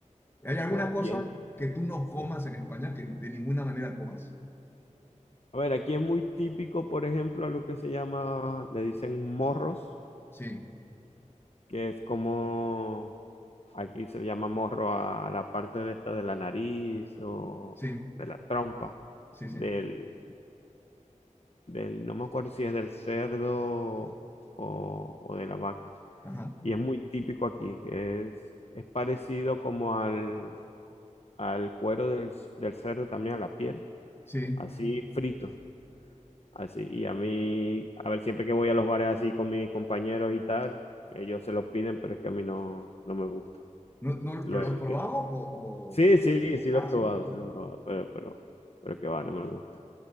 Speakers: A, on the left; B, on the left.
A: ¿Hay
B: Fo-
A: alguna cosa
B: y es-
A: que tú no
B: sí.
A: comas en España que de ninguna manera comas?
B: A ver, aquí es muy típico, por ejemplo, a lo que se llama, le dicen morros,
A: Sí,
B: que es como aquí se llama morro a la parte de esta de la nariz o
A: sí,
B: de la trompa
A: sí,
B: del,
A: sí.
B: del, no me acuerdo si es del cerdo o, o de la vaca.
A: Ajá,
B: y es muy típico aquí. Es, es parecido como al, al cuero del, del cerdo, también a la piel,
A: sí.
B: así frito, así. Y a mí, a ver, siempre que voy a los bares así con mis compañeros y tal, ellos se lo piden, pero es que a mí no, no me gusta.
A: No, no,
B: Lo-
A: ¿pero lo has
B: le-
A: probado o,
B: sí,
A: o-
B: sí, sí
A: Ah,
B: lo he probado,
A: sí lo probaste.
B: sí lo he probado, pero, pero, pero que va, no me gusta.